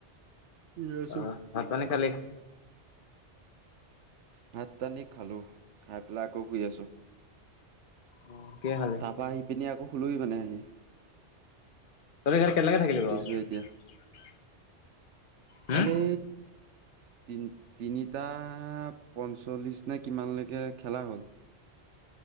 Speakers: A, on the right; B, on the left.
A: শুই আছো
B: অ', ভাত-পানী খালি?
A: ভাত-পানী খালোঁ। খাই পেলাই আকৌ শুই আছোঁ।
B: অ কিহে খালি
A: তাপা আহি-পিনি আকৌ শুলোহি মানে আহি।
B: তহঁতে কালি কেইটালৈকে থাকিলি
A: উঠিছো
B: বাৰু?
A: এতিয়া
B: হম
A: কালি তিন তিনিটা পঞ্চল্লিশ নে কিমানলৈকে খেলা হ'ল